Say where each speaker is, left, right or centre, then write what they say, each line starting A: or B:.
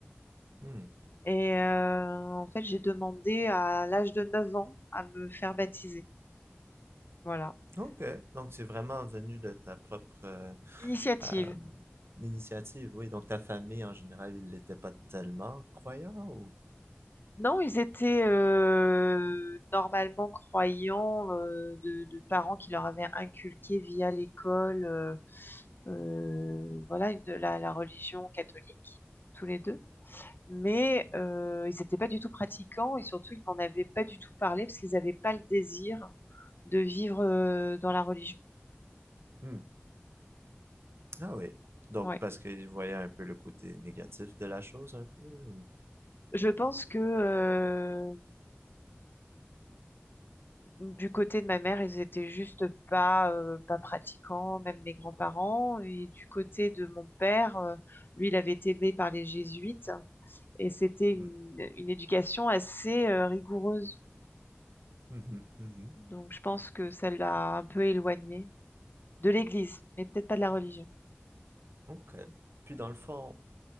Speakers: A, on the right; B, on the left.
A: Hmm,
B: Et euh, en fait, j'ai demandé à l'âge de 9 ans à me faire baptiser. Voilà.
A: OK, donc c'est vraiment venu de ta propre, heu,
B: Initiative.
A: hem, initiative, oui, donc ta famille en général, ils n'étaient pas tellement croyants ou?
B: Non, ils étaient euh, normalement croyants euh, de, de parents qui leur avaient inculqué via l'école euh, euh, voilà, une- la, la religion catholique, tous les deux. Mais euh, ils n'étaient pas du tout pratiquants et surtout, ils n'en avaient pas du tout parlé parce qu'ils n'avaient pas le désir de vivre euh, dans la religion.
A: Hmm. Ah oui, donc
B: Ouais.
A: parce qu'ils voyaient un peu le côté négatif de la chose un peu ou?
B: Je pense que euh, Du côté de ma mère, ils étaient juste pas, euh, pas pratiquants, même mes grands-parents. Et du côté de mon père, euh, lui, il avait été élevé par les jésuites et c'était une,
A: Hmm.
B: une éducation assez euh, rigoureuse.
A: Mmh mh. Mmh
B: Donc, je pense que ça l'a un peu éloigné de l'Église, mais peut-être pas de la religion.
A: OK, puis dans le fond